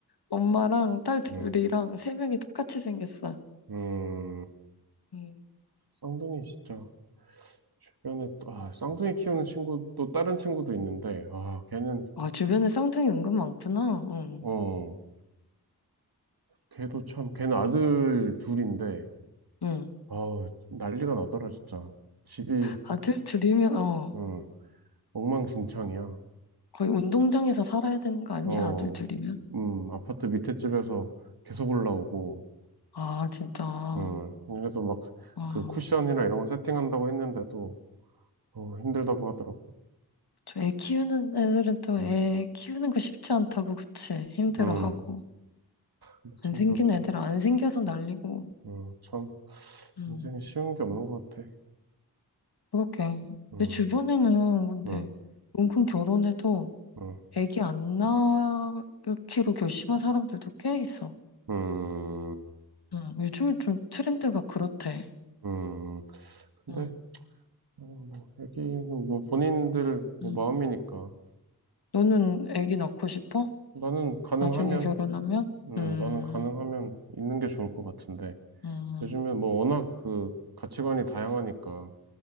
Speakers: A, on the left (about 70°); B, on the right (about 70°).
A: 엄마랑 딸 둘이랑
B: 응.
A: 세 명이 똑같이 생겼어.
B: 음,
A: 음.
B: 쌍둥이 진짜 주변에 또, 아, 쌍둥이 키우는 친구 또 다른 친구도 있는데, 아, 걔는,
A: 아, 주변에 쌍둥이 은근 많구나. 응.
B: 어, 걔도 참, 걔는 아들 둘인데,
A: 응.
B: 아우, 난리가 나더라, 진짜. 집이,
A: 아들 둘이면, 어,
B: 응, 엉망진창이야.
A: 거의 운동장에서 살아야 되는 거 아니야?
B: 어,
A: 아들 둘이면?
B: 음, 아파트 밑에 집에서 계속 올라오고,
A: 아, 진짜.
B: 음, 그래도 막,
A: 아.
B: 그 쿠션이나 이런 거 세팅한다고 했는데도, 어, 힘들다고 하더라고.
A: 저 애 키우는 애들은 또 애
B: 음,
A: 키우는 거 쉽지 않다고, 그치? 힘들어하고.
B: 음, 근데 참
A: 안 생긴
B: 그,
A: 애들은 안 생겨서 난리고.
B: 음, 참,
A: 음,
B: 인생에 쉬운 게 없는 것 같아.
A: 그렇게.
B: 어.
A: 내 주변에는 근데
B: 응,
A: 은근 결혼해도
B: 응,
A: 애기 안 낳기로 결심한 사람들도 꽤 있어.
B: 응,
A: 음, 요즘은 좀 트렌드가 그렇대.
B: 응. 근데
A: 음,
B: 나는 뭐 애기는 뭐 본인들 뭐
A: 음.
B: 마음이니까
A: 너는 애기 낳고 싶어?
B: 나는 가능하면,
A: 나중에 결혼하면?
B: 음,
A: 음,
B: 나는 가능하면 있는 게 좋을 것 같은데
A: 음,
B: 요즘에 뭐 워낙 그 가치관이 다양하니까